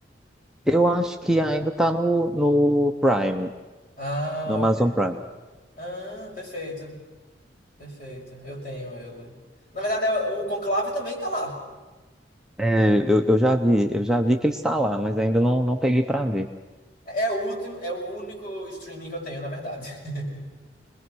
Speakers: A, in the centre; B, on the left (about 50°).
A: Eu acho que ainda está no, no Prime,
B: Ah,
A: no Amazon
B: ok.
A: Prime.
B: ah, perfeito. Perfeito. Eu tenho ele. Na verdade, é- o Conclave também tá lá.
A: É, eu, eu já vi, eu já vi que ele está lá, mas ainda não, não peguei para ver.
B: É é o último, é o único streaming que eu tenho, na verdade. <laughs>